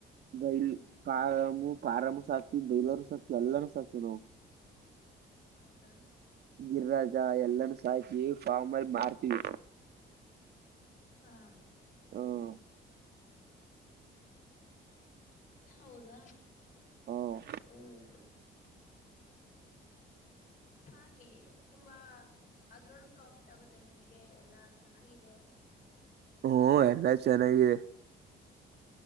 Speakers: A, on the right; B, on the left.
A: ಬೈ
B: ಹ್ಮ್
A: ಕಾರ <inaudible> <unintelligible> ಪಾರಮ್ಸಾಕ್ತಿವಿ, ಬೈಲರು ಸಾಕ್ತಿವಿ ಎಲ್ಲರೂ ಸಾಕ್ತಿವಿ ನಾವು.
B: ಹೌದಾ,
A: ಗಿಳಿರಾಜ ಎಲ್ಲನೂ ಸಾಯಿಯ ಫಾರ್ಮಲ್ ಮಾರ್ತೀವಿ.
B: ಹಾ,
A: ಹ್ಮ್
B: ಹೌದಾ,
A: ಹ್ಮ್
B: ಹ್ಮ್ ಸಾಕಿ ತುಂಬಾ ಅದ್ರಲ್ಲು ಪ್ರಾಫಿಟ್ ಆಗುತ್ತೆ ನಿಮಗೆ ಎಲ್ಲಾ ಚೆನ್ನಾಗಿದೆ. <inaudible>
A: ಒ, ಎಲ್ಲಾ ಚೆನ್ನಾಗಿ